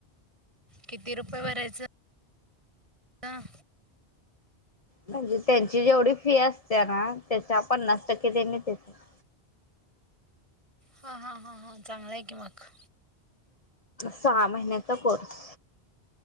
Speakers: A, on the right; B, on the left.
A: किती रुपये भरायचं? हां
B: म्हणजे त्यांची जेवढी फी असते ना, त्याच्या पन्नास टक्के त्यांनी देण्यात.
A: हा, हा, हा, हां चांगल हाय की मग.
B: सहा महिन्याचा कोर्स